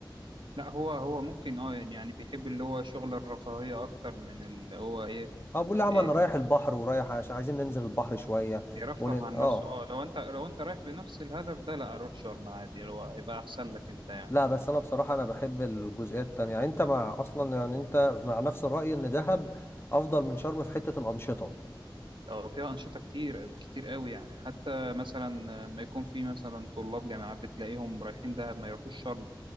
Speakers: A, on the right (about 75°); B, on the left (about 30°).
A: لا هو هو ممكن اه يعني بيحب اللي هو شغل الرفاهية أكتر من اللي هو إيه,
B: أه بقول له يا عم
A: إيه
B: أنا رايح البحر ورايح عش- عايزين ننزل البحر شوية
A: يرفه
B: ونن
A: عن
B: أه
A: نفسه اه لو انت لو انت رايح بنفس الهدف ده لا روح شرم عادي اللي هو يبقى أحسن لك انت يعني
B: لا بس أنا بصراحة أنا بحب الجزئيات التانية يعني أنت مع أصلا يعني أنت مع نفس الرأي إن دهب أفضل من شرم في حتة الأنشطة
A: اه فيها أنشطة كتير كتير قوي يعني حتى مثلا ما يكون في مثلا طلاب جامعات بتلاقيهم رايحين دهب ما يروحوش شرم